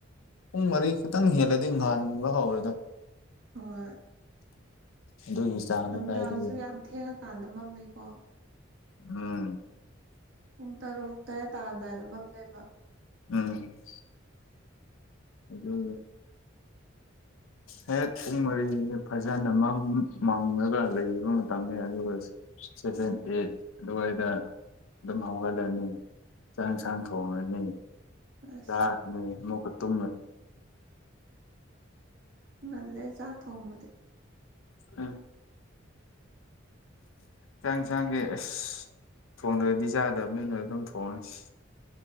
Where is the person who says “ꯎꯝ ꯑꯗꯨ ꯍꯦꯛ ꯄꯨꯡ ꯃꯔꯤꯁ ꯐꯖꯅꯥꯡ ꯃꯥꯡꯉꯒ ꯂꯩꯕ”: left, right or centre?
Left